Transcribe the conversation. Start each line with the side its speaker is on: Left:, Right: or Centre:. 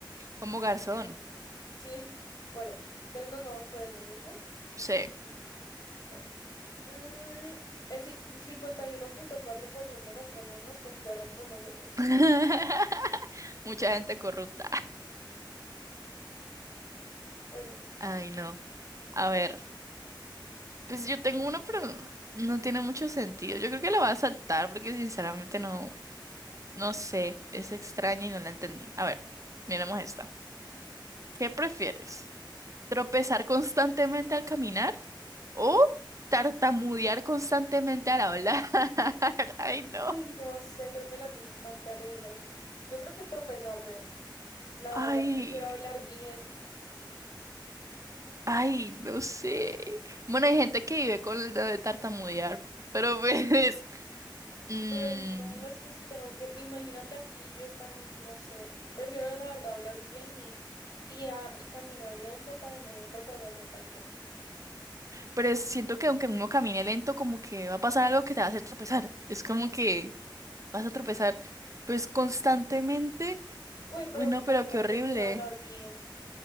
Right: Como garzón,
Left: Sí, bueno, entonces nos vamos por eso, ¿cierto?
Right: sí.
Left: Bueno, mm, el ci- cincuenta y uno punto cuatro por ciento de las personas concuerdan con nosotros.
Right: <laughs>
Left: <laughs>
Right: Mucha gente corrupta.
Left: Bueno,
Right: Ay, no. A ver, pues yo tengo uno, pero no tiene mucho sentido. Yo creo que la voy a saltar porque sinceramente no, no sé, es extraña y no la entendí. A ver, miremos esta. ¿Qué prefieres? ¿Tropezar constantemente al caminar O tartamudear constantemente al hablar. <laughs> Ay, no.
Left: uy, no sé, creo que las dos están terribles. Yo creo que tropezarme, la
Right: Ay,
Left: verdad, prefiero hablar bien,
Right: ay, no sé. Bueno, hay gente que vive con lo de tartamudear, pero pues... <laughs> mm,
Left: pero no, es que si tengo que, imagínate aquí yo estando, no sé, prefiero la verdad hablar bien y, y, a- y caminar lento para no tropezarme tanto.
Right: pero es- siento que aunque uno camine lento, como que va a pasar algo que te va a hacer tropezar. Es como que vas a tropezar, pues constantemente.
Left: Uy, pero
Right: Uy,
Left: la
Right: no,
Left: verdad
Right: pero qué horrible.
Left: prefiero hablar bien